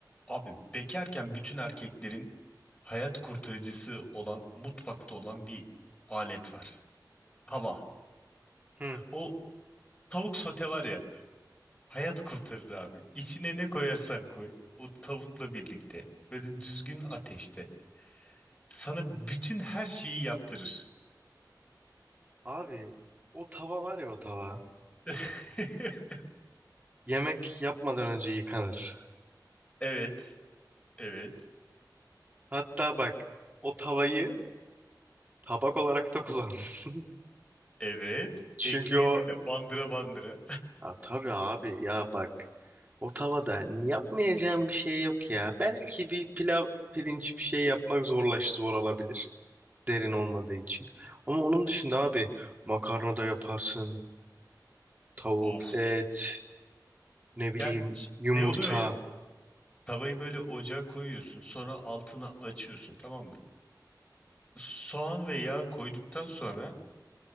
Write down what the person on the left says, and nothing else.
Abi bekarken bütün erkeklerin hayat kurtarıcısı olan mutfakta olan bir alet var. Tava.
O tavuk sote var ya hayat kurtarır abi. İçine ne koyarsan koy o tavukla birlikte böyle düzgün ateşte sana bütün her şeyi yaptırır.
<laughs>
Evet, evet,
evet.
Ekmeği
böyle bandıra bandıra.
<laughs> Of.
Ya
şey oluyor ya. Tavayı böyle ocağa koyuyorsun, sonra altına açıyorsun, tamam mı? soğan ve yağ koyduktan sonra